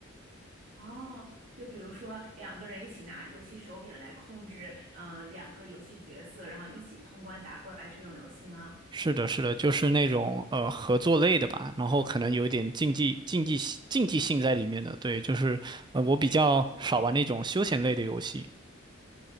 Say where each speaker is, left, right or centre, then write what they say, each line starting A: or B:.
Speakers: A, on the right (about 40°); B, on the right (about 20°).
A: 哦，就比如说两个人一起拿游戏手柄来控制，嗯、两个游戏角色，然后一起通关打怪这种游戏吗？
B: 是的，是的，就是那种呃合作类的吧，然后可能有一点竞技、竞技、竞技性在里面的。对，就是呃我比较少玩那种休闲类的游戏。
A: 哦。